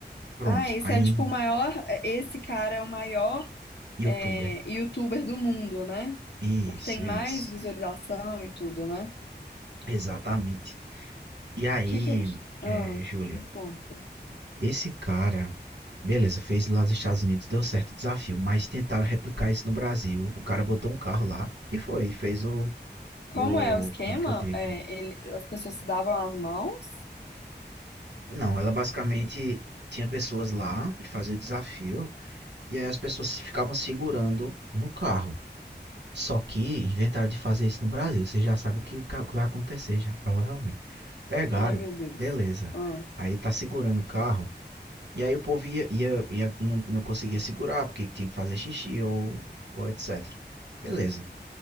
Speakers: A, on the right; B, on the left.
A: pronto,
B: Ah, esse
A: aí
B: é tipo o maior. Esse cara é o maior
A: youtuber.
B: é, youtuber do mundo, né?
A: Isso,
B: O que tem mais
A: isso.
B: visualização e tudo, né?
A: Exatamente. E aí,
B: Que que. é que... Ah,
A: é, Júlia,
B: me conta.
A: esse cara, beleza, fez lá nos Estados Unidos, deu certo o desafio, mas tentaram replicar isso no Brasil. O cara botou um carro lá e foi, fez o,
B: Como
A: o,
B: é o esquema?
A: como é que eu digo?
B: É, ele- as pessoas se davam as mãos?
A: Não, ela basicamente tinha pessoas lá, ele fazia o desafio, e aí as pessoas ficavam segurando no carro. Só que inventaram de fazer isso no Brasil. Você já sabe o que, o ca- o que vai acontecer já, provavelmente. Pegaram,
B: Ai, meu Deus.
A: beleza.
B: Ah,
A: Aí tá segurando o carro, e aí o povo ia, ia, ia- não, não conseguia segurar, porque tinha que fazer xixi ou, ou etc. Beleza.